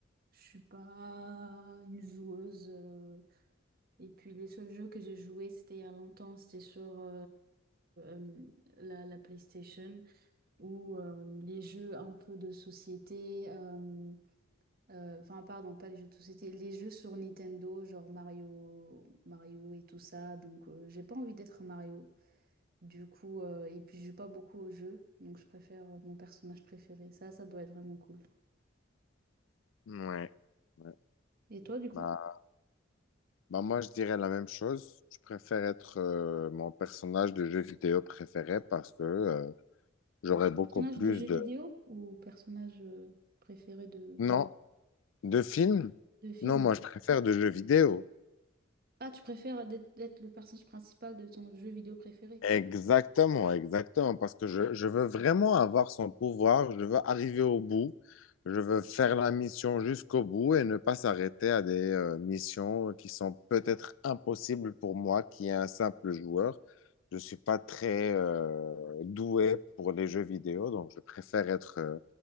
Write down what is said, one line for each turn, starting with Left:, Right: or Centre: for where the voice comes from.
Right: Je suis pas une joueuse. euh, Et puis les seuls jeux que j'ai joués, c'était il y a longtemps, c'était sur euh, euh, la, la PlayStation ou euh, les jeux un peu de société, euh, euh, enfin pardon, pas les jeux de société, les jeux sur Nintendo, genre Mario, Mario et tout ça. Donc euh, j'ai pas envie d'être Mario. Du coup, euh, et puis je joue pas beaucoup aux jeux, donc je préfère mon personnage préféré. Ça, ça doit être vraiment cool.
Left: Ouais. ouais.
Right: Et toi, du coup?
Left: Bah, bah moi, je dirais la même chose. Je préfère être euh, mon personnage de jeu vidéo préféré parce que euh, j'aurais beaucoup
Right: Personnage
Left: plus
Right: de jeu
Left: de...
Right: vidéo ou personnage euh, préféré de, de,
Left: Non, de films?
Right: de film?
Left: Non, moi, je préfère de jeux vidéo.
Right: Ah, tu préfères d'être d'être le personnage principal de ton jeu vidéo préféré?
Left: Exactement, exactement, parce que je, je veux vraiment avoir son pouvoir, je veux arriver au bout, je veux faire la mission jusqu'au bout et ne pas s'arrêter à des euh, missions qui sont peut-être impossibles pour moi, qui est un simple joueur. Je suis pas très euh, doué pour les jeux vidéo, donc je préfère être euh,